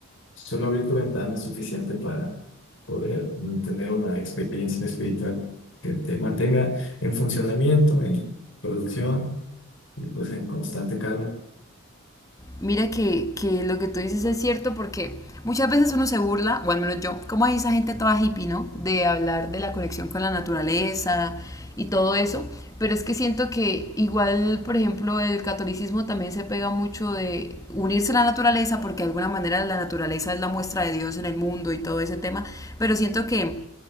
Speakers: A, on the left; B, on the left.
A: solo abrir tu ventana es suficiente para poder mm, tener una experiencia espiritual que te mantenga en funcionamiento, en producción y pues en constante calma.
B: Mira que, que lo que tú dices es cierto porque muchas veces uno se burla, o al menos yo, como hay esa gente toda hippie, ¿no? De hablar de la conexión con la naturaleza y todo eso, pero es que siento que igual, por ejemplo, el catolicismo también se pega mucho de unirse a la naturaleza porque de alguna manera la naturaleza es la muestra de Dios en el mundo y todo ese tema, pero siento que